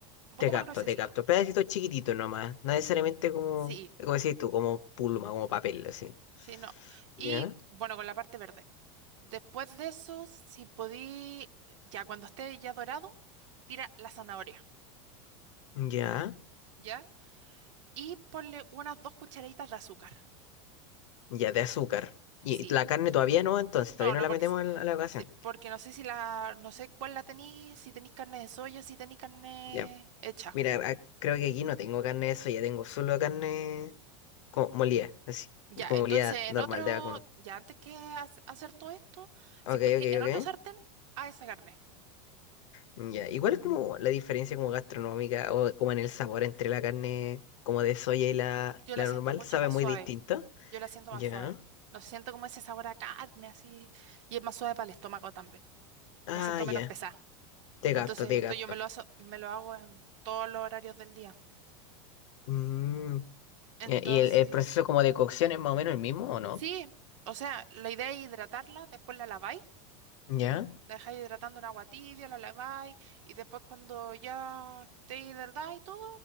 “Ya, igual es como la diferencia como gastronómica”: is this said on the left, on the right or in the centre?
Left